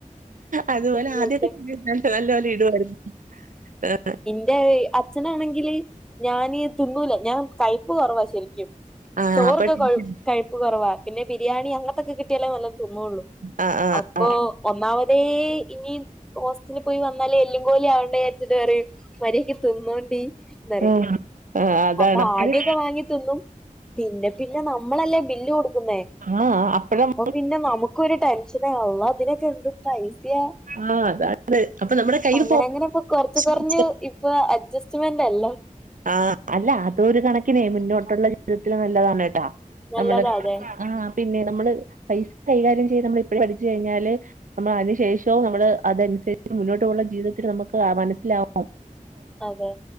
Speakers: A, on the right (about 75°); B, in the centre.
A: അതുപോലെ ആദ്യത്തെെ
B: സത്യം
A: <unintelligible> നല്ലപോലെ ഇടുവായിരുന്നു ആ.
B: ൻ്റെ അച്ഛനാണെങ്കില് ഞാന് തിന്നൂല ഞാൻ കയപ്പ് കുറവാ ശരിക്കും.
A: ആ
B: ചോറൊക്കെ
A: അപ്പൊ ടെൻഷൻ
B: കൊഴ് കഴിപ്പ് കൊറവാ പിന്നെ ബിരിയാണി അങ്ങൻത്തൊക്കെ കിട്ടിയാലേ നല്ലോം തിന്നൊള്ളൂ.
A: ആ
B: അപ്പൊ
A: ആ
B: ഒന്നാമതേ ഇനി ഹോസ് ലി പോയി വന്നാലേ എല്ലും കോലു ആവണ്ട വിജാര്ച്ച്ത് പറയും മര്യാക്ക് തിന്നോണ്ടി എന്താ പറ.
A: ഉം ആ അതാണ്
B: അപ്പാദ്യൊക്കെ
A: അപ്പഴ്
B: വാങ്ങിതിന്നും പിന്നെ പിന്നെ നമ്മളല്ലേ ബില്ല് കൊടുക്കുന്നേ.
A: ആഹ് അപ്പഴം.
B: അപ്പൊ പിന്നെ നമുക്കൊരു ടെൻഷനാള്ള ഇതിനൊക്കെ എന്ത് പൈസയാ.
A: ആഹ് അതാ. അത് അപ്പൊ നമ്മുടെ കയ്യിൽ
B: അങ്ങനെ
A: ഫോ
B: അങ്ങനെ ഇപ്പൊ കൊറച്ച്
A: ച്ച്
B: കൊറഞ്ഞ്
A: സ
B: ഇപ്പൊ അഡ്ജസ്റ്റ്മെന്റ് അല്ലേ
A: ആഹ്. അല്ല അതൊരു കണക്കിനെ മുന്നോട്ടുള്ള ജീവിതത്തില് നല്ലതാണ് കേട്ടാ
B: നല്ലതാ
A: നമ്മള്
B: അതെ
A: ആ. പിന്നെ നമ്മള് പൈസ കൈകാര്യം ചെയ്ത് നമ്മള് ഇപ്പഴേ പഠിച്ചു കഴിഞ്ഞാല്. നമ്മള് അതിനു ശേഷവും നമ്മള് അതൻസരിച്ച് മുന്നോട്ട് പോവുള്ള ജീവിതത്തില് നമക്ക് അ മനസ്സിലാവു.
B: അതെ